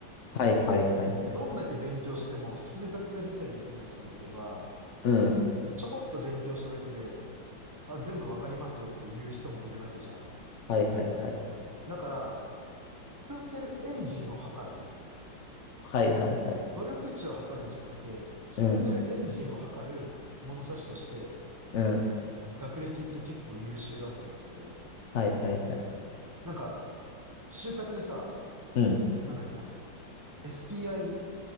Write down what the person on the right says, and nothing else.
どんだけ勉強しても数学が理解できない人もいれば、
ちょこっと勉強しただけで、あ、全部わかりますよっていう人もいるわけじゃん。
だから、積んでるエンジンを測る、
努力値を測るんじゃなくて、積んでるエンジンを測る物差しとして、
学歴って結構優秀だと思ってて、
なんか、就活でさ、
なんだっけな、SPI